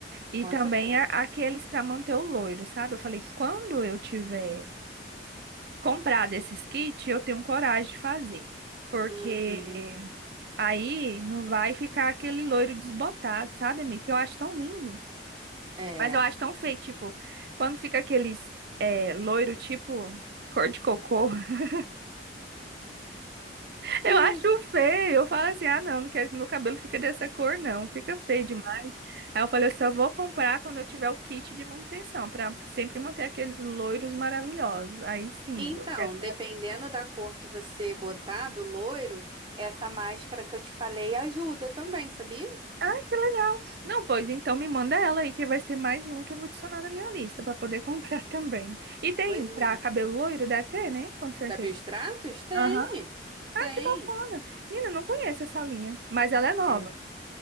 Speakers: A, on the right; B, on the right.
A: E
B: com
A: também
B: certeza.
A: a- aqueles para manter o loiro, sabe? Eu falei, quando eu tiver. comprar desses kits, eu tenho coragem de fazer. Porque
B: Uhum.
A: aí não vai ficar aquele loiro desbotado, sabe, amiga? Que eu acho tão lindo.
B: É.
A: Mas eu acho tão feio, tipo, quando fica aqueles é, loiro, tipo, cor de cocô. <laughs> Eu
B: <gasps>
A: acho feio. Eu falo assim, ah, não, não quero que meu cabelo fique dessa cor, não. Fica feio demais. Aí eu falei, eu só vou comprar quando eu tiver o kit de manutenção, pra sempre manter aqueles loiros maravilhosos. Aí sim,
B: Então,
A: eu quero.
B: dependendo da cor que você botar, do loiro, essa máscara que eu te falei ajuda também, sabia?
A: Ah, que legal. Não, pois então me manda ela aí, que vai ser mais uma que eu vou adicionar na minha lista para poder <laughs> comprar também. E tem
B: Pois é.
A: pra cabelo loiro, deve ter, né? Com certeza.
B: Da Biostratos? Tem,
A: Aham. Ah,
B: tem.
A: que bacana. Nina, não conheço essa linha, mas ela é nova.
B: É.